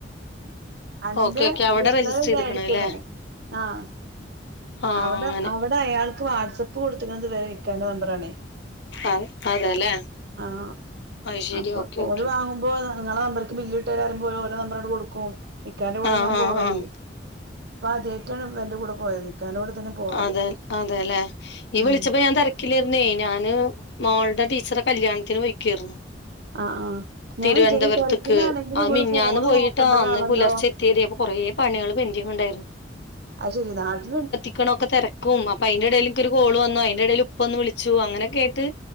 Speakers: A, on the right; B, on the left.
A: അന്റെ
B: ഓക്കെ ഓക്കെ അവിടെ
A: ഡിഷ്നറി
B: രജിസ്റ്റർ ചെയ്ത്ക്കണ്
A: ‌മേടിച്ച്ണ്
B: അല്ലേ
A: ആഹ്
B: ആഹ്
A: അവ്ടെ
B: അങ്ങനെ
A: അവ്ടെ അയാൾക്ക് വാട്സ്അപ്പ് കൊട്ത്തിക്കണത് വെ ഇക്കന്റെ നമ്പറാണേ.
B: അ അതെല്ലേ
A: ആഹ്
B: അത് ശരി
A: അപ്പൊ
B: ഓക്കെ
A: ഓല്
B: ഓക്കെ
A: വാങ്ങ്മ്പോ ന നിങ്ങളെ നമ്പർക്ക് ബില്ലിട്ട് തരാറയ്മ്പം ഓര് ഓരോ നമ്പറങ്ങട് കൊടുക്കും ഇക്കാന്റെ കൂട്ടില്
B: ആഹ്
A: ഞാൻ
B: ആഹ്
A: പോവലേ.
B: ആഹ്
A: പ്പ ആദ്യായ്ട്ടാണ് ഇവന്റെകൂടെ പോയത്. ഇക്കാന്റെ കൂടെ തന്നെ പോവല്
B: അതെ അതെലെ യ്യ്
A: ഉം
B: വിളിച്ചപ്പോ ഞാൻ തെര ക്കിലാര്ന്നേ ഞാന് മോൾടെ ടീച്ചറെ കല്യാണത്തിന് പോയ്ക്കാരുന്നു.
A: ആഹ് ആഹ് ഞാൻ
B: തിരുവനന്തപുരത്ത്ക്ക്
A: വിചാരിച്ചു ഗൾഫിലാണെങ്കിലും
B: ആഹ്
A: ഇവള്
B: മിഞ്ഞാന്ന്പോയിട്ടാ
A: ഫോണ് നോക്കണ്ടതാണല്ലോ
B: അന്ന് പുലെർച്ചെ ത്തിയതേപ്പ കൊറേ പണികള് പെന്റിങ്ങ്ണ്ടാരുന്നു.
A: അയി ശെരി നാട്ടില്
B: ക്കണൊക്കെതെരക്കും അപ്പ അയ്ന്റെ എടേല്ഇൻക്ക് ഒര് കോള് വന്നു അയ്ന്റെ എടേല് ഉപ്പ ഒന്ന് വിളിച്ചു അങ്ങനെക്കെയ്ട്ട്.